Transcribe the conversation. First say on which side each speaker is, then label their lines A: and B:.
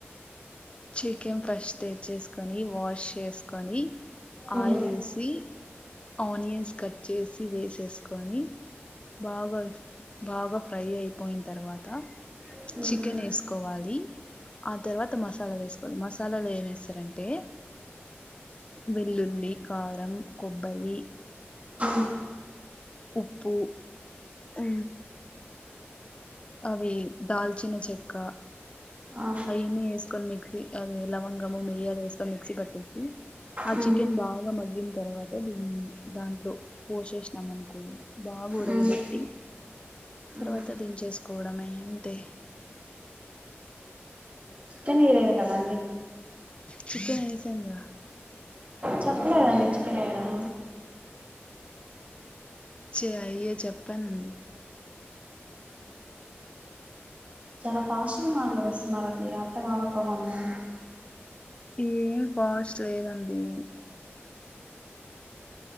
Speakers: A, on the left; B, on the right.
A: చికెన్ ఫస్ట్ తెచ్చేసుకొని వాష్ చేసుకొని
B: మ్మ్.
A: ఆయిల్ వేసి ఆనియన్స్ కట్ చేసి వేసేసుకొని బాగా బాగా ఫ్రై అయిపోయిన తర్వాత
B: మ్మ్.
A: చికెన్ వేసుకోవాలి ఆ తర్వాత మసాల మసాల వేసుకోవాలి మసాలాలు ఏమేస్తారంటే వెల్లుల్లి కారం కొబ్బరి
B: ఆ
A: ఉప్పు ఆ అవి దాల్చిన చెక్క
B: ఆ.
A: అవిని వేసుకొని మిక్స్ అదది లవంగము మెయ్యి అద వేస్త మిక్సీ పట్టేసి ఆ
B: మ్మ్.
A: చికెన్ బాగా మగ్గిన్ తర్వాత దీన్ దాంట్లో పోసేసినాం అనుకో బాగా ఉడగబెట్టి
B: మ్మ్.
A: తర్వాత
B: మ్మ్.
A: దించెస్ కూడమ ఇంతే
B: <unintelligible> కదా
A: చికెన్ వేస్ తింగ
B: చెప్పలేదండి చికెన్ వయడం
A: చె అయ్యే చెప్పానండి
B: చాలా ఫాస్ట్గా మాటలు వేస్తున్నారుారంండి అత్తమావపో ఉడా
A: ఏ బస్ చేయదండి